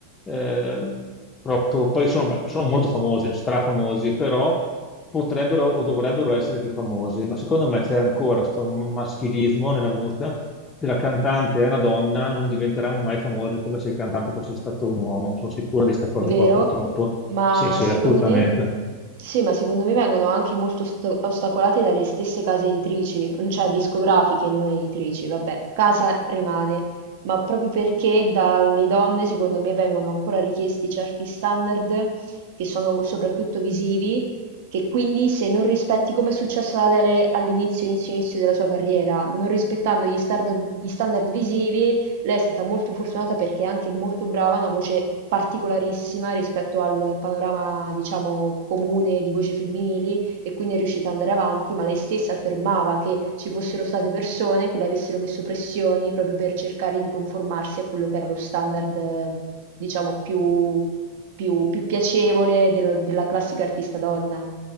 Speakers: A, on the left (about 20°); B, on the right (about 50°).
A: eh, proprio- poi sono, beh, sono molto famosi, strafamosi, però potrebbero o dovrebbero essere più famosi. Ma secondo me c'è ancora questo maschilismo nella musica. Se la cantante è una donna, non diventeranno mai famosi come se il cantante fosse stato un uomo. Sono sicuro di questa cosa
B: vero?
A: qua, purtroppo.
B: Ma
A: Sì, sì,
B: secondo
A: assolutamente.
B: me, sì, ma secondo me vengono anche molto ost- ostacolate dalle stesse case editrici, non cioè discografiche, e non editrici, vabbè, casa rimane, ma proprio perché dalle donne, secondo me, vengono ancora richiesti certi standard che sono soprattutto visivi, che quindi se non rispetti, come è successo ad Adele all'inizio, inizio, inizio della sua carriera, non rispettando gli standard, gli standard visivi, lei è stata molto fortunata perché è anche molto brava, ha una voce particolarissima rispetto al panorama, diciamo, comune di voci femminili e quindi è riuscita ad andare avanti, ma lei stessa affermava che ci fossero state persone che le avessero messo pressioni proprio per cercare di conformarsi a quello che era lo standard, eh, diciamo, più, più- più piacevole del- della classica artista donna.